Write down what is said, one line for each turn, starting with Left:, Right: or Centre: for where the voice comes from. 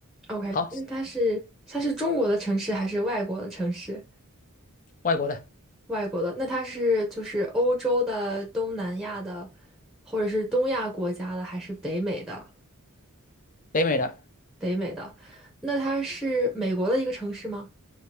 Centre: ，OK。
Left: 好，
Centre: 那它是它是中国的城市还是外国的城市？
Left: 外国的，
Centre: 外国的，那它是就是欧洲的、东南亚的，或者是东亚国家的，还是北美的？
Left: 北美的，
Centre: 北美的，那它是美国的一个城市吗？